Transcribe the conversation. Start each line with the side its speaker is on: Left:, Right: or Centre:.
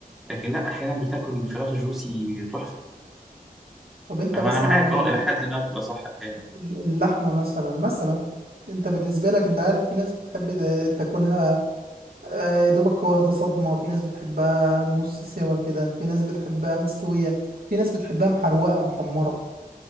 Centre: لكن لا احيانا بتاكل الفراخ جوسي تحفه
Right: طب انت
Centre: فانا
Right: مثلا
Centre: معاك اه الى حد ما بتبقى صح احيانا
Right: اللحمة مثلا مثلا انت بالنسبة لك انت عارف في ناس بتحب تاكلها آه، يا دوبك واخدة صدمة في ناس بتحبها نص سوا كده في ناس بتحبها مستوية في ناس بتحبها محروقة ومحمرة